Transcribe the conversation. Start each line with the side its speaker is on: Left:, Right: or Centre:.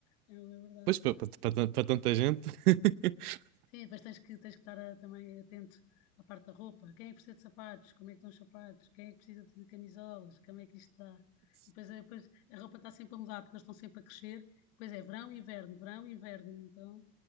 Left: É uma verdade.
Right: Pois, para tanta gente. <laughs>
Left: Sim, depois tens que, tens que estar ah, também atento à parte da roupa. Quem é que precisa de sapatos? Como é que estão os sapatos? Quem é que precisa de camisolas? Como é que isto está? E depois, é- depois a roupa está sempre a mudar, porque eles estão sempre a crescer. Depois é verão, inverno, verão, inverno. Então